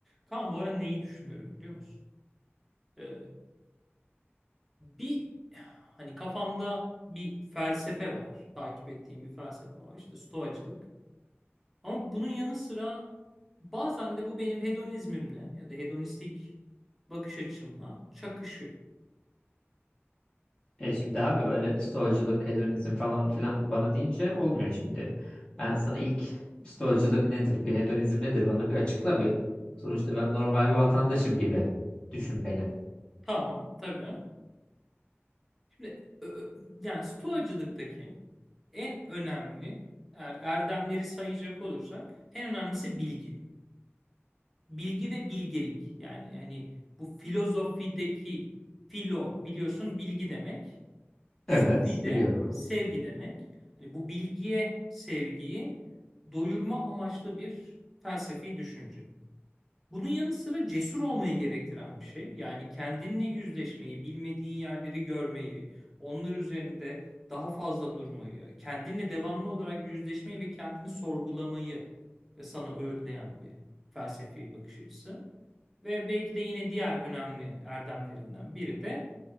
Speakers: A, in the centre; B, on the left.
A: Kaan bu ara neyi düşünüyorum biliyor musun? Ee, bir hani kafamda bir felsefe var. Takip ettiğim bir felsefe var. İşte stoacılık. Ama bunun yanı sıra bazen de bu benim hedonizmimle ya da hedonistik bakış açımla çakışıyor.
B: E şimdi abi böyle stoacılık, hedonizm falan filan bana deyince olmuyor şimdi. Ben sana ilk stoacılık nedir, bir hedonizm nedir bana bir açıkla bir. Sonuçta ben normal bir vatandaşım gibi düşün beni.
A: Tamam tabii. Şimdi ö- ö- yani stoacılıktaki en önemli eğer erdemleri sayacak olursak en önemlisi bilgi. bilgi ve bilgelik yani yani bu filozofideki filo biliyorsun bilgi demek. Sufi
B: Evet,
A: de
B: biliyorum. abi.
A: sevgi demek. Hani bu bilgiye sevgiyi doyurma amaçlı bir felsefi düşünce. Bunun yanı sıra cesur olmayı gerektiren bir şey. Yani kendinle yüzleşmeyi, bilmediğin yerleri görmeyi, onlar üzerinde daha fazla durmayı, kendinle devamlı olarak yüzleşmeyi ve kendini sorgulamayı e, sana öğütleyen bir felsefi bakış açısı. Ve belki de yine diğer önemli erdemlerinden biri de